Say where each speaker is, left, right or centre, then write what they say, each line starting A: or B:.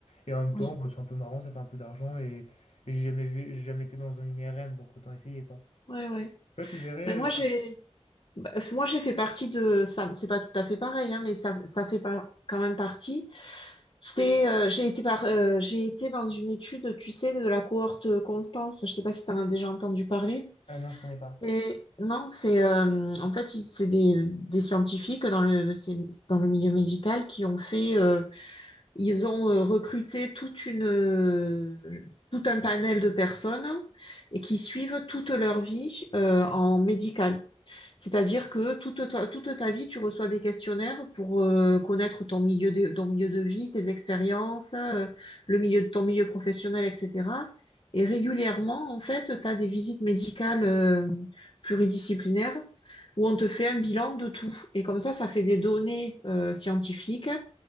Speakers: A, on the left; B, on the left.
A: Et en même
B: Oui.
A: temps, bah, c'est un peu marrant, ça fait un peu d'argent et, et j'ai jamais vu, j'ai jamais été dans une IRM, donc autant essayer, quoi.
B: Ouais, ouais.
A: Toi, tu devrais...
B: Ben
A: euh,
B: moi
A: faire-
B: j'ai bah, moi j'ai fait partie de ça. C'est pas tout à fait pareil, hein, mais ça ça fait pas quand même partie. C'est, euh, j'ai été par, euh, j'ai été dans une étude, tu sais, de la cohorte Constance. Je sais pas si tu en as déjà entendu parler.
A: Ah non, je connais pas.
B: C'est- non, c'est euh, en fait ils- c'est des, des scientifiques dans le c'est- c'est dans le milieu médical qui ont fait euh, ils ont euh, recruté toute une euh, tout un panel de personnes et qui suivent toute leur vie euh, en médical. C'est-à-dire que toute ta, toute ta vie, tu reçois des questionnaires pour euh, connaître ton milieu de, ton milieu de vie, tes expériences, euh, le milieu de ton milieu professionnel, etc. Et régulièrement, en fait, tu as des visites médicales euh, pluridisciplinaires où on te fait un bilan de tout. Et comme ça, ça fait des données euh, scientifiques